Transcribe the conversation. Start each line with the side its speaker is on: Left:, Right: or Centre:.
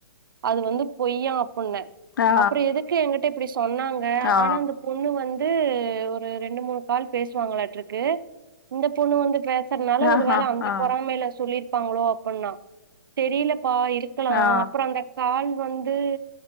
Right: அது வந்து பொய்யா ப்ண்ணோ
Left: ஆ ஆ
Right: அப்புறோ எதுக்கு என்கிட்ட இப்பிடி சொன்னாங்க
Left: ஆ
Right: ஆனா இந்த பொண்ணு வந் து ஒரு இரண்டு மூணு கால் பேசுவாங்களாட்றுக்கு இந்த பொண்ணு வந்து பே சறானால
Left: ஆஹா
Right: ஒரு வேல அந்த
Left: ஆ
Right: பொறாமைல்ல சொல்லிர் ப்பாங்களோ அப்புன்னா தெரியலப் ப்பா இருக்கலா
Left: ஆ
Right: அப்புறோ அந்த கால் வந் து